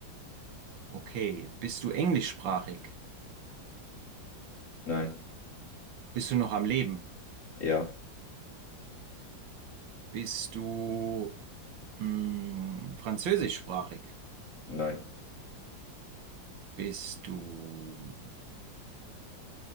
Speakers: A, on the right; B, on the left.
A: Okay. Bist du englischsprachig?
B: Nein.
A: Bist du noch am Leben?
B: Ja.
A: Bist du mh, französischsprachig?
B: Nein.
A: Bist du,